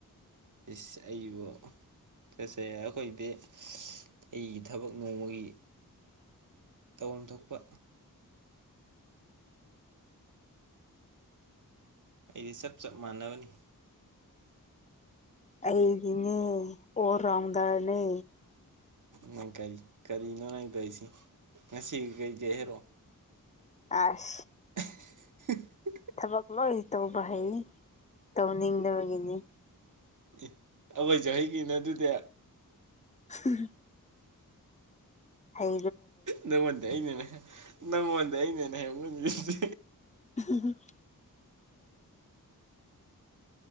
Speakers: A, on the right (about 60°); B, on the left (about 20°).
A: ꯏꯁ ꯑꯩꯕꯨ ꯆꯠꯁꯦ ꯑꯩꯈꯣꯏꯗꯤ ꯑꯩꯒꯤ ꯊꯕꯛ ꯅꯣꯡꯃꯒꯤ ꯇꯧꯐꯝ ꯊꯣꯛꯄ ꯑꯩꯗꯤ ꯆꯞ ꯆꯞ ꯃꯥꯟꯅꯒꯅꯤ
B: ꯑꯩꯒꯤꯅꯦ ꯑꯣꯔ ꯔꯥꯎꯟꯗ꯭ꯔꯅꯦ
A: ꯅꯪ ꯀꯔꯤ ꯀꯔꯤꯅꯣ ꯅꯪ ꯇꯧꯏꯁꯦ ꯉꯁꯤ ꯀꯩꯀꯩ ꯍꯥꯏꯔꯣ
B: ꯑꯥꯁ
A: <unintelligible>
B: ꯊꯕꯛ ꯂꯣꯏ ꯇꯧꯕ ꯍꯩ ꯇꯧꯅꯤꯡꯗꯕꯒꯤꯅꯤ
A: ꯑꯦ ꯑꯩꯈꯣꯏꯁꯨ ꯍꯩ ꯀꯩꯅꯣ ꯑꯗꯨꯗꯤ
B: ꯍ ꯍꯩ
A: ꯅꯪꯉꯣꯟꯗ ꯑꯩꯅꯅꯦ ꯅꯪꯉꯣꯟꯗ ꯑꯩꯅ ꯍꯦꯟꯅ ꯍꯩꯔꯃꯒꯅꯤ ꯁꯤ
B: <unintelligible>